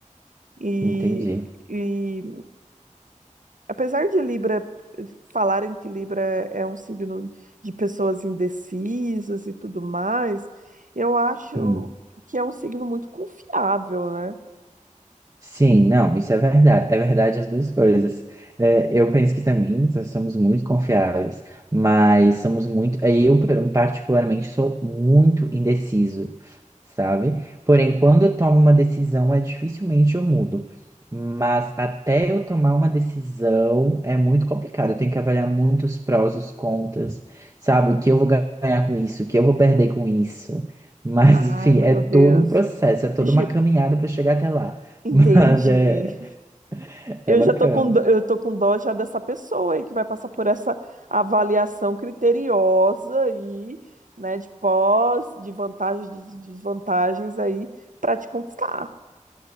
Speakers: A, on the right (about 75°); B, on the right (about 25°).
A: E,
B: Entendi.
A: e apesar de Libra eh, falarem que Libra é é um signo de pessoas indecisas e tudo mais, eu acho
B: Hum.
A: que é um signo muito confiável, né?
B: Sim, não, isso é verdade. É verdade as duas coisas. É, eu penso que também nós somos muito confiáveis, mas somos muito. Eu, per- particularmente, sou muito indeciso, sabe? Porém, quando eu tomo uma decisão, é dificilmente eu mudo. Mas até eu tomar uma decisão é muito complicado. Eu tenho que avaliar muitos prós, os contras, sabe? O que eu vou ganhar com isso, o que eu vou perder com isso. Mas,
A: Ai,
B: enfim,
A: meu
B: é todo
A: Deus.
B: um processo, é toda
A: Ge-
B: uma caminhada para chegar até lá. <laughs>
A: Entendi.
B: Mas é,
A: Eu
B: é bacana.
A: já tô com, dó- eu tô com dó já dessa pessoa aí que vai passar por essa avaliação criteriosa aí, né, de pós, de vantagens, de desvantagens aí para te conquistar.